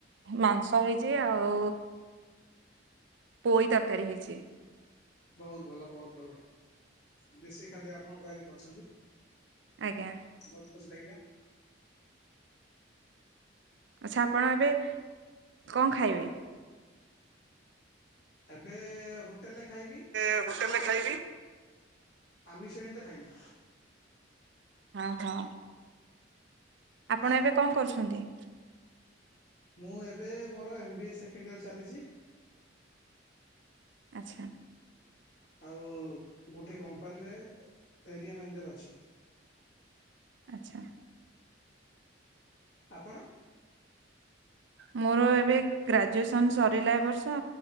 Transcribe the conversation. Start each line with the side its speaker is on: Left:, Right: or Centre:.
Right: ମାଂସ ହେଇଛି ଆଉ ପୁଇ ତରକାରୀ ହେଇଛି।
Left: ବହୁତ ଭଲ ବହୁତ ଭଲ ଦେଶୀ ଖାଦ୍ୟ ଆପଣଙ୍କର ଆଜି କରଚନ୍ତି।
Right: ଆଜ୍ଞା
Left: ବହୁତ ଖୁସି ଲାଗିଲା।
Right: ଆଛା ଆପଣ ଏବେ କଣ ଖାଇବେ?
Left: ଏବେ ହୋଟେଲରେ ଖାଇବି।
Right: ଏବେ ହୋଟେଲ ରେ ଖାଇବି।
Left: ଆମିଷ ହିଁତ ଖାଇବି।
Right: ଅଁ ହଁ
Left: ଆଚ୍ଛା
Right: ଆପଣ ଏବେ କଣ କରୁଛନ୍ତି?
Left: ମୁଁ ଏବେ ମୋର ଏମବିଏ ସେକେଣ୍ଡ ଇୟର୍ ଚାଲିଛି।
Right: ଆଚ୍ଛା
Left: ଆଉ ଗୋଟେ କମ୍ପାନୀରେ ଏରିଆ ମ୍ୟାନେଜର୍ ଅଛି।
Right: ଆଚ୍ଛା
Left: ଆପଣ?
Right: ମୋର ଏବେ ଗ୍ରାଜୁଏସନ ସରିଲା ଏ ବର୍ଷ